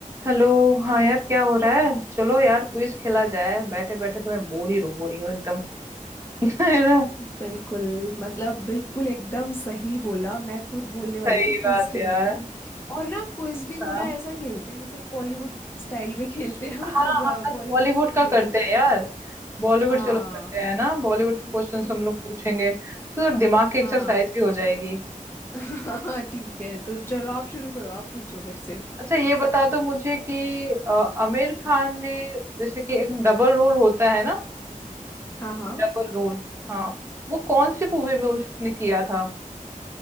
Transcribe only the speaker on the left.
बिल्कुल मतलब बिल्कुल एकदम सही बोला मैं खुद बोलने वाली
थी क्विज
खेलते
हैं और ना क्विज भी
थोड़ा ऐसा खेलते हैं जैसे बॉलीवुड स्टाइल में खेलते हैं <laughs>
मतलब
बॉलीवुड
से
रिलेटेड
हाँ
ठीक
हाँ
<laughs> हाँ ठीक है तो चलो आप शुरू करो आप पूछो मेरे से
हाँ हाँ